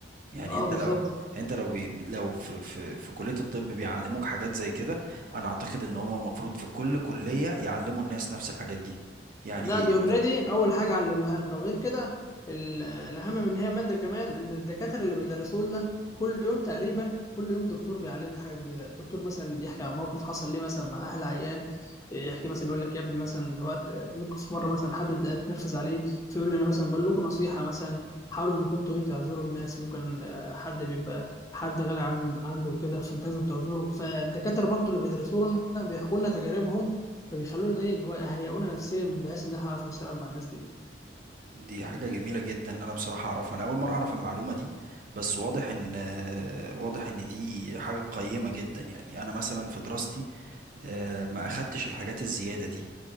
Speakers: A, on the right; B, on the left.
A: يعني
B: اه
A: انت
B: بالظبط
A: لو انت لو بي لو في في في كلية الطب بيعلموك حاجات زي كده انا اعتقد ان هم المفروض في كل كلية يعلموا الناس نفس الحاجات دي يعني
B: ده دي اوريدي اول حاجه علموها لنا وغير كده ال- الاهم من هي ماده كمان ان الدكاتره اللي بيدرسوا لنا كل يوم تقريبا كل يوم دكتور بيعلمنا حاجه جديده دكتور مثلا يحكي عن موقف حصل ليه مثلا مع اهل عيان يحكي مثلا يقول لك يا ابني مثلا وقت ممكن في مره مثلا حد اتنرفز عليه فيقول لي انا مثلا بقول لكم نصيحه مثلا حاولوا انكم انتوا إيه تعذروا الناس ممكن آه، حد بيبقى حد غالي عن عنده كده فانت لازم تعذره فالدكاتره برضو اللي بيدرسوا لنا بيحكوا لنا تجاربهم فبيخلونا ايه اللي هو يهيئونا نفسيا بحيث ان احنا نعرف نشتغل مع الناس دي
A: دي حاجة جميلة جدا ان انا بصراحة اعرفها انا اول مرة اعرف المعلومة دي بس واضح ان آه، واضح ان دي حاجة قيمة جدا يعني انا مثلا في دراستي آه، ما اخدتش الحاجات الزيادة دي